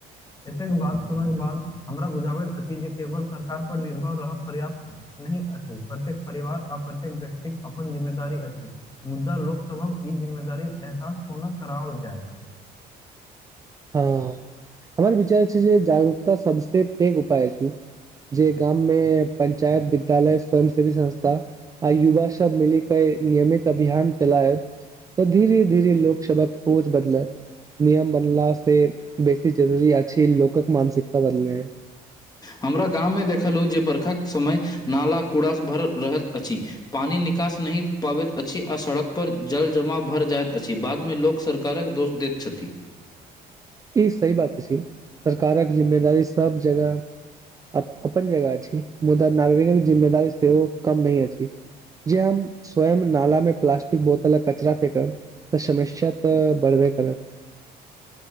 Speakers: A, on the left (about 25°); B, on the right (about 20°).
A: एतेक बात सुनै केँ बाद हमरा बुझाबैत अछि जे केवल सरकार पर निर्भर रहक पर्याप्त नहीं अछि प्रत्येक परिवार आ प्रत्येक व्यक्तिक अपन जिम्मेदारी अछि मुद्दा लोकसभहक ई जिम्मेदारी एहसास कोना कराओल जाय
B: हँ हमर विचार छै जे जागरूकता सबसे पेघ उपाय अछी जे गाम में पंचायत विद्यालय स्वयं सेवी संस्था आ युवा सब मिली केँ नियमित अभियान चलायब तऽ धीरे धीरे लोक सबहक सोच बदलत नियम बनलास से बेसी जरूरी अच्छी लोकक मानसिकता बदले
A: हमरा गाममे देखलहुँ जे बरखाक समय नाला कूड़ासऽ भरल रहत अछि पानि निकास नहि पाबैत अछि आ सड़क पर जल जमा भर जाइत अछि बादमे लोक सरकारक दोष देत छथि
B: ई सही बात अछि सरकारक जिम्मेदारी सब जगह अ अप्पन जगह अछि मुदा नागरिकक जिम्मेदारी सेहो कम नही अछि जे हम स्वयं नाला में प्लास्टिक बोतल आ कचरा फेेकब तऽ समस्या तऽ बढ़बे करत